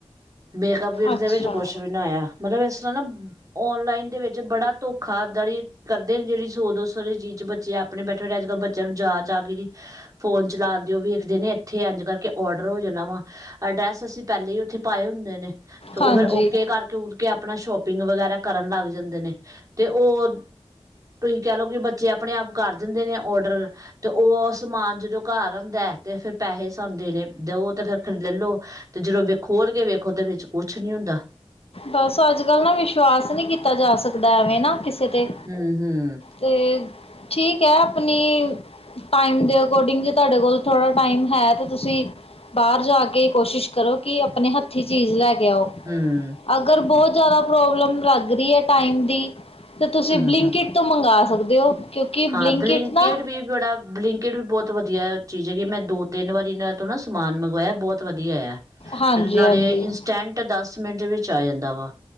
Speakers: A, on the right; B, on the left.
A: ਮੇਕਅਪ ਕਿੱਟ
B: ਅੱਛਾ
A: ਦੇ ਵਿੱਚ ਕੁਛ ਵੀ ਨਾ ਆਇਆ, ਮਤਲਬ ਇਸ ਤਰ੍ਹਾਂ ਨਾ ਔਨਲਾਈਨ ਦੇ ਵਿੱਚ ਬੜਾ ਧੋਖਾਦਾਰੀ ਕਰਦੇ ਨੇ ਜਿਹੜੀ ਸੌ ਦੋ ਸੌ ਚੀਜ਼ ਚ ਬੱਚੇ ਆਪਣੇ ਬੈਠੇ- ਬੈਠੇ ਅੱਜ-ਕੱਲ ਬੱਚਿਆਂ ਨੂੰ ਜਾਂਚ ਆ ਗਈ। ਫੋਨ ਚਲਾਣ ਦਿਓ ਵੀ ਵੇਖਦੇ ਨੇ ਇੱਥੇ ਇੰਝ ਕਰਕੇ ਔਡਰ ਹੋ ਜਾਣਾ ਵਾ। ਅਡਰੈਸ ਅਸੀਂ ਪਹਿਲਾਂ ਈ ਉੱਥੇ ਪਾਏ ਹੁੰਦੇ ਨੇ। ਫਿਰ
B: ਹਾਂਜੀ
A: ਓਕੇ ਕਰਕੇ ਕੁਰਕੇ ਆਪਣਾ ਸ਼ੋਪਿੰਗ ਵਗੈਰਾ ਕਰਨ ਲੱਗ ਜਾਂਦੇ ਨੇ ਤੇ ਉਹ- ਤੁਹੀ ਕਹਿ ਲਓ ਕਿ ਬੱਚੇ ਆਪਣੇ -ਆਪ ਕਰ ਦਿੰਦੇ ਨੇ ਔਡਰ ਤੇ ਉਹ ਸਮਾਨ ਜਦੋਂ ਘਰ ਆਂਦਾ ਤੇ ਫਰ ਪੈਸੇ ਸਾਨੂੰ ਦੇਣੇ ਦਓ ਤੇ ਫਿਰ ਲੈਲੋ। ਤੇ ਜਦੋਂ ਵ ਖੋਲ ਕੇ ਵੇਖੋ ਤੇ ਵਿੱਚ ਕੁਛ ਨੀ ਹੁੰਦਾ।
B: ਬਸ ਅੱਜ-ਕੱਲ ਨਾ ਵਿਸ਼ਵਾਸ ਨੀ ਕੀਤਾ ਜਾ ਸਕਦਾ ਐਵੇਂ ਨਾ ਕਿਸੇ ਤੇ।
A: ਹਮ ਹਮ।
B: ਤੇ ਠੀਕ ਐ ਆਪਣੀ ਟਾਈਮ ਦੇ ਅਕੋਡਿੰਗ ਜੇ ਤੁਹਾਡੇ ਕੋਲ ਥੋੜਾ ਟਾਇਮ ਹੈ ਤੇ ਤੁਸੀਂ ਬਾਹਰ ਜਾ ਕੇ ਕੋਸ਼ਿਸ਼ ਕਰੋ ਕਿ ਆਪਣੇ ਹੱਥੀਂ ਚੀਜ਼ ਲੈ ਕੇ ਆਓ।
A: ਹਮ।
B: ਅਗਰ ਬਹੁਤ ਜ਼ਿਆਦਾ ਪ੍ਰੋਬਲਮ ਲੱਗ ਰਹੀ ਐ ਟਾਈਮ ਦੀ ਤੇ ਤੁਸੀਂ
A: ਹੂੰ
B: ਬਲਿੰਕਟ
A: ਹੂੰ
B: ਤੋਂ ਮੰਗਾ ਸਕਦੇ ਔ, ਕਿਉਂਕਿ ਬਲਿੰਕਟ
A: ਹਾਂ
B: ਨਾ
A: ਵੀ ਬੜਾ ਬਲਿੰਕਡ ਵੀ ਬਹੁਤ ਵਧੀਆ ਚੀਜ਼ ਹੈਗੀ, ਮੈਂ ਦੋ- ਤਿੰਨ ਵਾਰੀ ਇਹਨਾਂ ਤੋਂ ਨਾ ਸਮਾਨ ਮੰਗਵਾਇਆ ਬਹੁਤ ਵਧੀਆ ਆਇਆ।
B: ਹਾਂਜੀ
A: ਤੇ ਨਾਲੇ
B: ਹਾਂਜੀ
A: ਇੰਸਟੈਂਟ ਦਸ- ਮਿੰਟ ਵਿੱਚ ਆ ਜਾਂਦਾ ਵਾ।